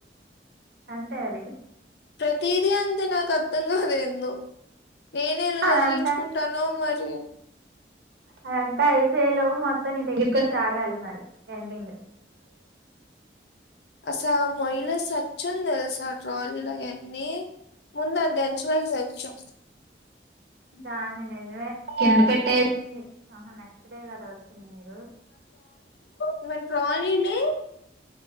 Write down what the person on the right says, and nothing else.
అంతే అది
అదంతా
అదంతా అయిపోయేలోపు మొత్తం నీ దగ్గరకి వచ్చి ఆగాలి మరి ఎండింగ్
దాన్ని నిజమే కింద పెట్టేసింది ఆహా నెక్స్ట్ డే కదా వచ్చింది మీరు